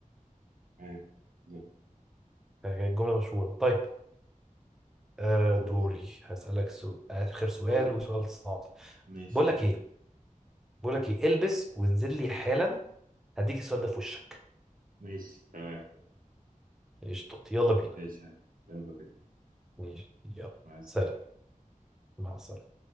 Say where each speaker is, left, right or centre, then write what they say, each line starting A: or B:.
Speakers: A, on the right; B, in the centre.
A: ايوه بالظبط
B: كانت الجمله مشهوره طيب آه
A: خلاص
B: دوري هسالك سؤال اخر سؤال
A: خلاص
B: وسؤال صعب
A: ماشي
B: بقول
A: يلا
B: لك ايه بقول لك ايه البس وانزل لي حالا هديك السؤال ده في وشك
A: ماشي تمام
B: قشطة يلا بينا
A: ماشي يلا بينا
B: ماشي يلا
A: مع السلامة
B: سلام مع السلامه